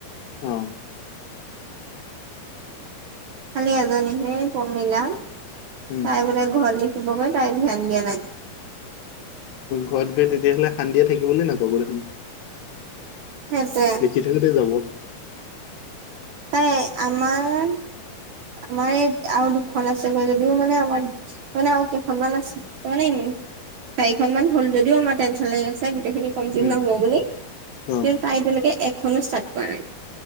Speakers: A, on the left (about 80°); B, on the right (about 65°).
A: অ'
B: খালী এজনীহে প্ৰমীলা,
A: উম
B: তাই বোলে ঘৰত দেখিবগৈ তাই ধ্যান দিয়া নাই।
A: ঘৰত গৈ তেতিয়াহ'লে শান্তিয়ে থাকিবলৈ নাপাব দেখোন।
B: <inaudible>
A: কেতিয়ালেকে যাব।
B: নাই আমাৰ -আমাৰ এই আৰু দুখন আছেগৈ যদিও মানে আমাৰ। তাৰমানে আৰু কেইখন মান আছে <unintelligible> চাৰিখন মান হ'ল যদি আমাৰ টেনশন লাগিছে গোটেইখিনি কমপ্লিট
A: উম
B: নহ'ব বুলি কিন্তু
A: অ
B: তাই তেওঁলোকে এখনো ষ্টাৰ্ট কৰা নাই।